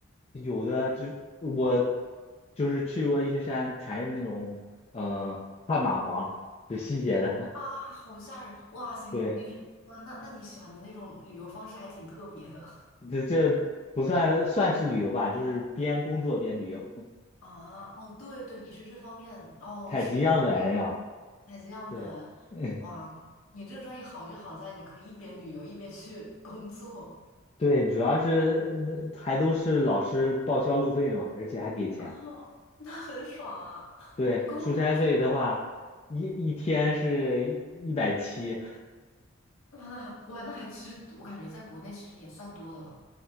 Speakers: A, on the left (about 30°); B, on the left (about 85°).
A: 有的就我就是去过一些山，全是那种呃旱蚂蟥，就吸血的，
B: 啊，好吓人！哇塞，你你哇，
A: <laughs> 对。
B: 那那你喜欢的那种旅游方式还挺特别的。
A: 这这不算算是旅游吧，就是边工作边旅游，
B: 啊，哦，对对，你是这方面，
A: <laughs>
B: 哦，
A: 采集样本呀。
B: 是我采集样本，
A: 对，<laughs>
B: 哇，你这个专业好就好在你可以一边旅游一边去工作，
A: 对，主要是嗯还都是老师报销路费的嘛，而且还给钱。
B: <laughs> 哦，那很爽啊，<laughs>
A: 对，
B: 工作舒服
A: 出差费的话，一一天是一一百七，
B: 哇，那还哇，那还其实我感觉在国内其实也算多的了，